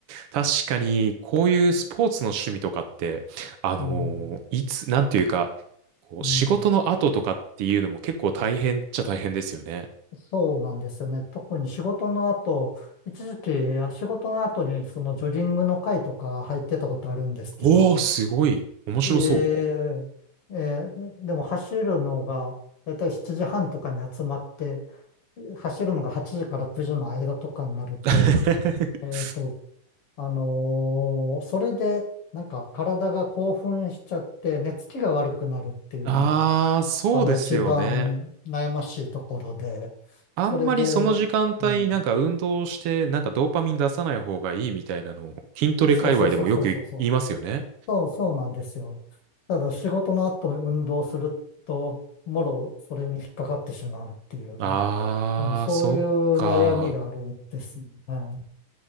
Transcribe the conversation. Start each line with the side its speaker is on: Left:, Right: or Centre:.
Right: 確かに、こういうスポーツの趣味とかって、あの
Left: うん、
Right: ーいつ、なんていうか、こう、
Left: うん、
Right: 仕事の後とかっていうのも結構大変っちゃ大変ですよね。
Left: そうなんですよね。特に仕事の後、一時期仕事の後にそのジョギングの会とか入ってたことあるんですけど、
Right: おー、すごい。面白そう。
Left: えええーでも走るのが、だいたい7時半とかに集まって、走るのが8時から9時の間とかになると、
Right: <laughs>
Left: えっと、あのーそれで、なんか体が興奮しちゃって、寝つきが悪くなるっていうのが、
Right: ああ、そうですよね。
Left: あの、一番悩ましいところで、
Right: あんまりその時間帯、
Left: それで、うん、
Right: なんか運動して、なんかドーパミン出さない方がいいみたいなのを、筋トレ界隈でもよく言いますよね。
Left: そうそうそうそうそうそう、そう、そうなんですよ。ただ仕事の後運動すると、もろそれに引っかかってしまうっていう、
Right: ああ、
Left: あの、そういう悩みがあるんですよね。
Right: そっか。